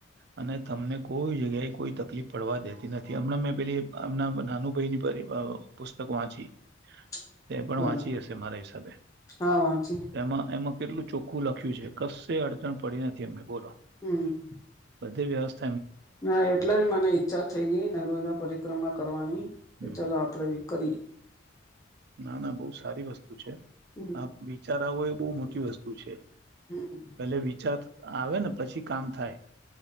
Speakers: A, on the right; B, on the left.
A: અને તમને કોઈ જગ્યાએ કોઈ તકલીફ પડવા દેતી નથી હમણાં મેં પેલી અમના નાનું ભાઈ પરી ની પુસ્ત ક વાચી.
B: <inaudible>
A: તે પણ
B: બરાબર
A: વાંચી હશે મારા હિસાબે
B: હા વાંચી
A: એમાં એમાં કેટલું ચોખ્ખું લખ્યું છે કસે અડચણ પડી નથી એમને બોલો.
B: હમ.
A: બધી વ્યસ્થા.
B: ના એટલા જ મને ઈચ્છા થઈ ગઈ નર્મદા પરિક્રમા કરવાની કે
A: હમ
B: ચાલ આપડે ભી કરી.
A: ના ના બહુ સારી વસ્તુ છે
B: હમ
A: આપ બિચારાઓ એ બહુ મોટી વસ્તુ છે.
B: હમ
A: પેલે વિચાર આવે ને પછી કામ થાય.